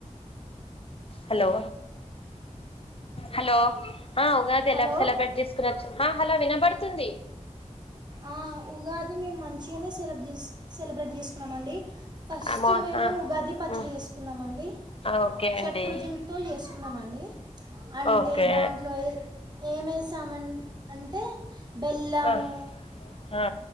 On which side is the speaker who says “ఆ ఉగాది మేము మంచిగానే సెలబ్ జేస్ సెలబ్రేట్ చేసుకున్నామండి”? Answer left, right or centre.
Right